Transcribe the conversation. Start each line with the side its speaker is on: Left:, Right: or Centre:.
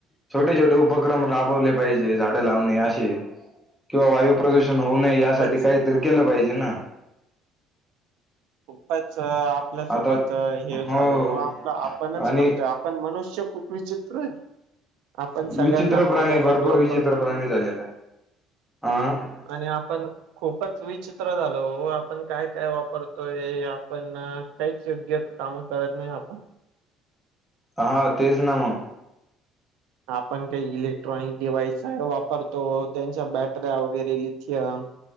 Centre: छोटे छोटे उपक्रम राबवले पाहिजे झाडं लावणे असे किंवा वायू प्रदूषण
Right: हो
Centre: होऊ
Right: खूपच
Centre: नये यासाठी काहीतरी केलं पाहिजे ना.
Right: खूपच आपल्यासोबत
Centre: आता
Right: हे झालं
Centre: हो
Right: ओ आपलं आपणच
Centre: आणि
Right: करतोय. पण मनुष्य खूप विचित्र आहेत. आपण सगळ्यांना
Centre: विचित्र
Right: फायद्यासाठी
Centre: प्राणी भरपूर
Right: वापरतो.
Centre: विचित्र प्राणी झालेला आहे. हा
Right: आणि आपण खूपच विचित्र झालो ओ आपण काय काय वापरतो. तो आपण काहीच योग्य काम करत नाही आपण
Centre: हा तेच ना म
Right: आपण काही इलेक्ट्रॉनिक डिवाइस वापरतो त्यांच्या बॅटऱ्या वगैरे म